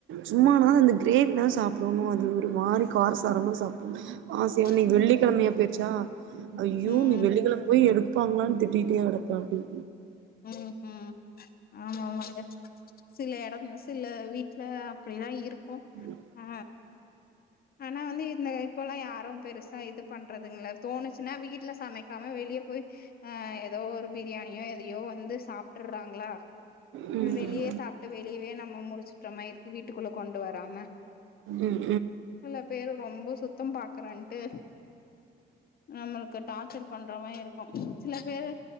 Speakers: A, on the right (about 75°); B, on the left (about 50°).
A: சும்மானா அந்த கிரேவினா சாப்டணு அது ஒரு மாறி காரசாரமா சாப்புன் ஆசையா இன்னைக்கு
B: ம்
A: வெள்ளிக்கிழமையா போயிருச்சா ஐயோ
B: ம்
A: இன்னைக் வெள்ளிக்கிழம போய் எடுக் எடுப்பாங்ளான் திட்டிட்டே கடப்பாப்புடி
B: உம் உம். ஆமாமாங்க சில எடங். துல்ல வீட்டுல அப்பிடிதா இருக்கு.
A: ம்
B: ஆ ஆனா வந்து இந்த இப்பொல்லா யாரு பெருசா இதுப் பண்றதுங்களா தோணுச்சுன்னா வீட்ல சமைக் இருக்காம வெளிய போய் அ ஏதோ ஒரு பிரியாணியோ எதையோ வந்து சாப்ட்டுறாங்களா
A: ம்
B: அ வெளியே சாப்ட்டு வெளியவே நம்ம முடிச்சு சுற்றாம இருக்கு வீட்டுக்குள்ள கொண்டு வராம
A: ம்
B: சில பேரு ரொம்ப சுத்தம் பாக் பாக்கறன்டு நம்மெளுக்கு டார்ச்சர் பண்ற மாரி இருக்கு சில பேரு